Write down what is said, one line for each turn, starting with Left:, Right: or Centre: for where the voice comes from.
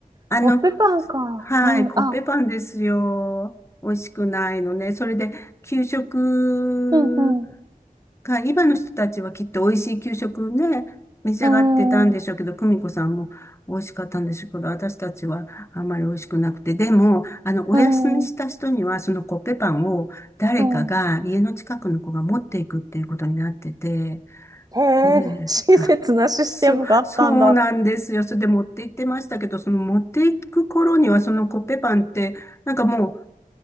Left: あの、
Right: コッペパンか。
Left: はい、
Right: うん、
Left: コッペパンですよ。
Right: あ、
Left: 美味しくないのね。それで、給食
Right: うん、うん、
Left: が、今の人たちはきっと美味しい給食ね、召し上がってたんでしょうけど、
Right: うん、
Left: 久美子さんも美味しかったんでしょうけど、私たちはあんまり美味しくなくて。でも、あの、お休みした人には、
Right: うん、
Left: そのコッペパンを誰かが家の近くの子が持っていくっていうことになってて、
Right: うん。へえ、
Left: ねえ。
Right: 親切なシステムがあったんだ。
Left: あ、そ、そうなんですよ。それで持って行ってましたけど、その持って行く頃にはそのコッペパンって、なんかも